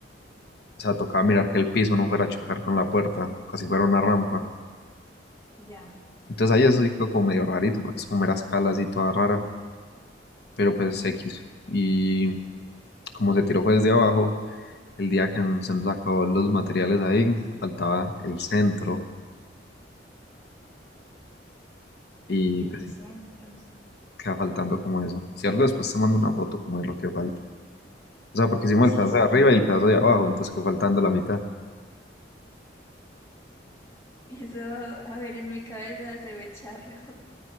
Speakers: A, on the left; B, on the left.
A: sea, tocaba mirar que el piso no fuera a chocar con la puerta, así fuera una rampa.
B: Ya,
A: Entonces ahí eso sí quedó como medio rarito, porque es como era escalas y toda rara, pero pues X. Y como se tiró fue desde abajo, el día que se nos acabó los materiales ahí, faltaba el centro y
B: el
A: pues sí,
B: centro.
A: queda faltando como eso. Si algo después te mando una foto como de lo que falta. O sea, porque hicimos
B: Sí,
A: el pedazo
B: sí.
A: de arriba y el pedazo de abajo, entonces quedó faltando la mitad.
B: Y eso, a ver, en mi cabeza se ve charro.